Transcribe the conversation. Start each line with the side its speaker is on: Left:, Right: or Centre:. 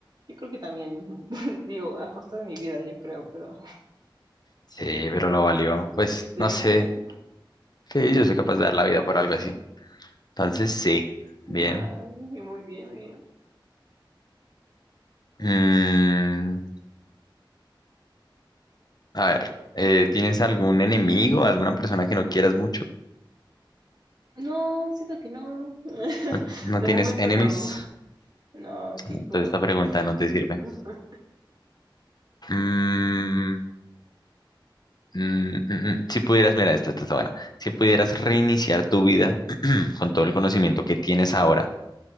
Right: Yo creo que también, <laughs> digo, a costa de mi vida, yo creo, pero
Left: Sí, pero lo valió. Pues
Right: sí,
Left: no sé.
Right: sí, sí.
Left: Sí, yo soy capaz de dar la vida por algo así. Entonces, sí. Bien.
Right: Va, muy bien, muy bien.
Left: Mm, a ver, eh, ¿tienes algún enemigo, alguna persona que no quieras mucho?
Right: No, siento que no. <laughs>
Left: ¿No, no
Right: De
Left: tienes
Right: momento
Left: enemies?
Right: no. No, aquí
Left: Entonces
Right: pero
Left: esta pregunta no te sirve.
Right: <laughs>
Left: Mm, mm, mm, mm. Si pudieras, mira, esta, esta está buena. Si pudieras reiniciar tu vida <clears throat> con todo el conocimiento que tienes ahora